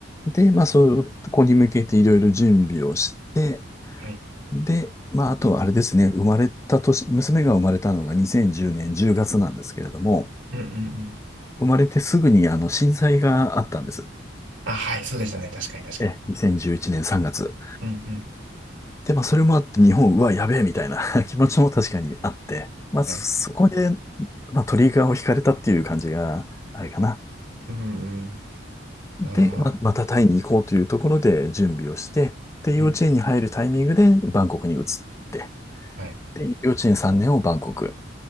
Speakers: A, on the left; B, on the right.
A: う。で、まあそこに向けていろいろ準備をして、
B: はい。
A: で、まああとはあれですね、生まれた年、娘が生まれたのが2010年10月なんですけれども、
B: うんうんうん。
A: 生まれてすぐにあの震災があったんです。
B: あ、はい、そうでしたね。確かに、確かに。
A: え、2011年3月。
B: うんうん。
A: で、まあ、それもあって、日本、うわ、やべえ、みたいな <laughs> 気持ちも確かにあって、まあ、
B: はい。
A: そそこで、まあ、トリガーを引かれたっていう感じが、あれかな。
B: うん
A: で、
B: うん。
A: まあ、
B: ああ、
A: またタイに行こうというところで準備をして、で、
B: うん。
A: 幼稚園に入るタイミングでバンコクに移って、
B: はい。
A: で、幼稚園3年をバンコク。